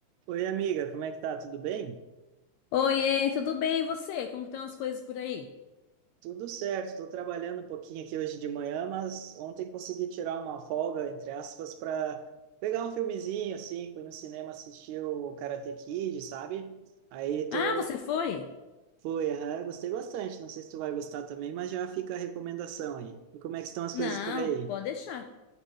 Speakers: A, on the right; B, on the left.
A: Oi, amiga, como é que tá? Tudo bem?
B: Oiê, tudo bem? E você? Como que estão as coisas por aí?
A: Tudo certo, estou trabalhando um pouquinho aqui hoje de manhã, mas ontem consegui tirar uma folga, entre aspas, para pegar um filmezinho, assim, fui no cinema assistir o Karate Kid, sabe? Aí tô,
B: Ah, você foi?
A: fui, aham, gostei bastante, não sei se tu vai gostar também, mas já fica a recomendação aí. E como é que estão as
B: Não,
A: coisas por aí?
B: pode deixar.